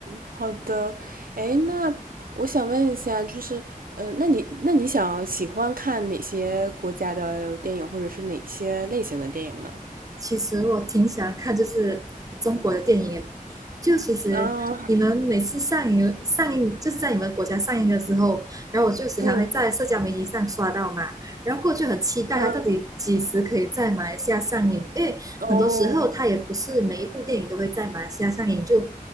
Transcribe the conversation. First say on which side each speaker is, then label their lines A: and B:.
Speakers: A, on the right; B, on the right.
A: 好的，哎，那我想问一下，就是，呃，那你那你想喜欢看哪些国家的电影，或者是哪些类型的电影呢？
B: 其实我挺喜欢看，就是中国的电影耶就其实你们每次上映上映，
A: 啊，
B: 就是在你们国家上映的时候，然后我就时常会在社交媒体上刷到嘛，
A: 嗯
B: 然后过去很期待它到底几时可以在马来西亚上映，
A: 嗯，
B: 因为很多时候它也不是每一部电影都会在马来西亚上映，
A: 哦，
B: 就